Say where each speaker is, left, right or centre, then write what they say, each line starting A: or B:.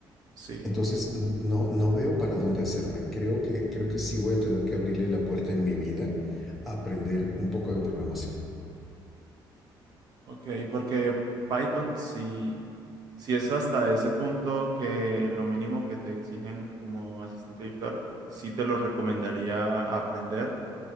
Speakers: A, on the right; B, in the centre.
A: Sí,
B: Entonces, no, no veo para dónde hacerme. Creo que, creo que sí voy a tener que abrirle la puerta en mi vida a aprender un poco de programación.
A: ok, porque Python sí, sí es hasta ese punto que lo mínimo que te exigen como asistente virtual, sí te lo recomendaría aprender